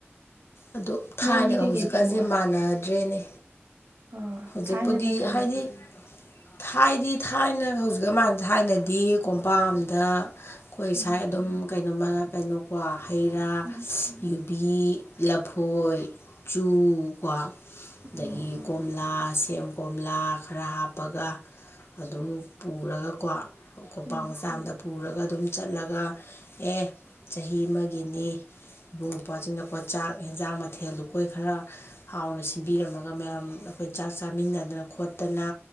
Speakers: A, on the left (about 65°); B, on the right (about 85°).
A: ꯑꯗꯨ ꯊꯥꯏꯅꯒ
B: ꯅꯣꯏꯗꯤ ꯀꯩꯀꯩ
A: ꯍꯧꯖꯤꯛꯀꯥꯖꯦ
B: ꯄꯨꯕ
A: ꯃꯥꯟꯅꯗ꯭ꯔꯦꯅꯦ
B: ꯑꯣ
A: ꯍꯧꯖꯤꯛꯄꯨꯗꯤ
B: ꯊꯥꯏꯅꯅ ꯀꯩꯒꯤ
A: ꯍꯥꯏꯗꯤ ꯊꯥꯏꯗꯤ ꯊꯥꯏꯅ ꯍꯧꯖꯤꯛꯀꯥ ꯃꯥꯟ ꯊꯥꯏꯅꯗꯤ ꯀꯣꯝꯄꯥꯛꯑꯝꯗ ꯈꯣꯏ
B: ꯎꯝ
A: ꯁꯥꯏ ꯑꯗꯨꯝ ꯀꯩꯅꯣꯃꯥ ꯀꯩꯅꯣꯀꯣ ꯍꯩ ꯔꯥ
B: ꯎꯝ
A: ꯌꯨ ꯕꯤ ꯂꯐꯣꯏ ꯆꯨ ꯀꯣ ꯑꯗꯒꯤ
B: ꯎꯝ
A: ꯀꯣꯝꯂꯥ ꯂꯥ ꯁꯦꯝ ꯀꯣꯝꯂꯥ ꯈꯔ ꯍꯥꯞꯄꯒ ꯑꯗꯨꯝ ꯄꯨꯔꯒꯀꯣ ꯀꯣꯝꯄꯥꯛ
B: ꯎꯝ
A: ꯃꯆꯥ ꯑꯃꯗ ꯄꯨꯔꯒ ꯑꯗꯨꯝ ꯆꯠꯂꯒ ꯑꯦ ꯆꯍꯤ ꯑꯃꯒꯤꯅꯤ ꯏꯕꯨꯡ ꯏꯄ꯭ꯋꯥꯖꯤꯡꯅꯀꯣ ꯆꯥꯛ ꯍꯦꯟꯖꯥꯡ ꯃꯊꯦꯜ ꯂꯨꯀꯣꯏ ꯈꯔ ꯍꯥꯎꯅ ꯁꯤꯟꯕꯤꯔꯝꯃꯒ ꯃꯌꯥꯝ ꯑꯈꯣꯏ ꯆꯥꯛ ꯆꯥꯃꯤꯟꯅꯗꯅ ꯈꯣꯠꯇꯅ